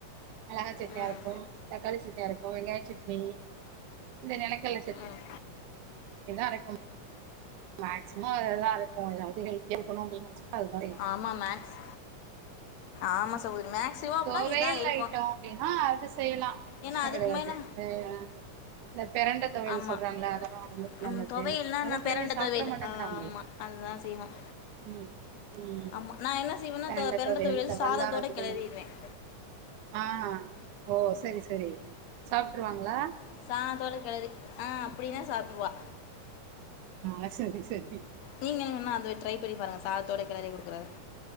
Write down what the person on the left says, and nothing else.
ம்
ம்
ஆமா மேக்ஸ் ஆமாம் சகோதரி மேக்ஸிமம் அப்படின்னா
இதுதான் இருக்கும்
ஏன்னா அதுக்கு
மேலே
ஆமாம்
ம்,
துவையல்னா
நான்
பிரண்ட
துவையல்
ஆமாம் அதுதான் செய்வோம்
ஆமாம் நான் என்ன செய்வேன்னா
தொ- பிரண்ட
துவையல்
வந்து
சாதத்தோட கிளறிடுவேன்
சாதோட கெழரி ஆ அப்டினா சாப்ட்ருவா
நீங்க வேணா அத ட்ரை பண்ணி பாருங்க சாதத்தோட கெளரி குடுக்குற